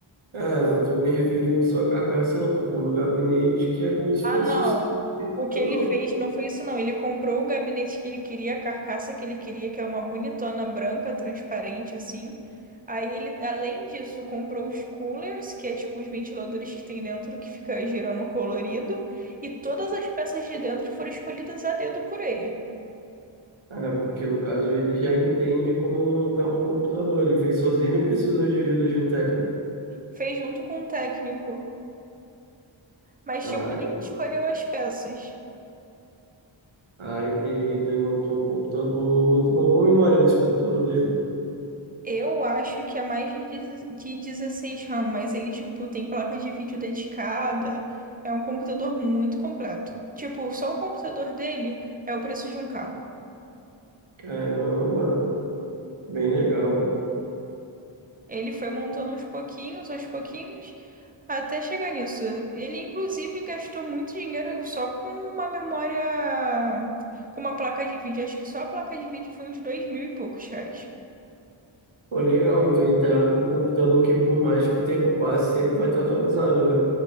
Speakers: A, on the right; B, on the right.
A: É, não estou me referindo só à carcaça, não, estou falando do gabinete que é como se
B: Ah,
A: fosse
B: não.
A: o computador.
B: O que ele fez não foi isso, não. Ele comprou o gabinete que ele queria, a carcaça que ele queria, que é uma bonitona branca, transparente, assim. Aí ele, além disso, comprou os coolers, que é tipo os ventiladores que tem dentro, que fica girando colorido. E todas as peças de dentro foram escolhidas a dedo por ele.
A: É, é, porque no caso ele já entende como montar um computador. Ele fez sozinho e precisou de ajuda de um técnico.
B: Fez junto com o técnico. Mas,
A: Ai,
B: tipo, ele que escolheu as peças.
A: ai, tem então ele montou um computador muito bom. Qual a memória desse computador dele?
B: Eu acho que é mais de 10 de 16 RAM, mas ele, tipo, tem placa de vídeo dedicada. É um computador muito completo. Tipo, só o computador dele é o preço de um carro.
A: Caramba, bem legal.
B: Ele foi montando aos pouquinhos, aos pouquinhos, até chegar nisso. Ele, inclusive, gastou muito dinheiro só com uma memória, com uma placa de vídeo. Acho que só a placa de vídeo foi uns dois mil e poucos reais.
A: Pô, legal, então ele tá com um computador que por mais que o tempo passe, sempre vai estar atualizado, né?